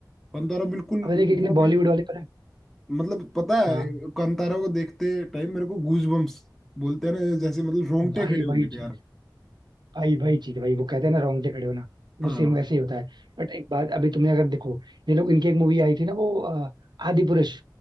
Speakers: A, in the centre; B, on the right.
A: कंतारा बिल्कुल
B: अब देखिए कितने
A: वो
B: बॉलीवुड
A: भी
B: वाले पर
A: मतलब पता
B: हाँ
A: है कांतारा को देखते टाइम मेरे को गूज बम्स बोलते हैं ना जैसे मतलब रोंगटे
B: भाई
A: खड़े हो
B: वही
A: गए थे
B: चीज
A: यार
B: भाई वही चीज भाई वो कहते हैं ना रोंगटे खड़े होना
A: हाँ
B: वो सेम वैसे ही होता है बट एक बात अभी तुमने अगर देखो ये लोग इनकी एक मूवी आई थी ना वो अ, आदि पुरुष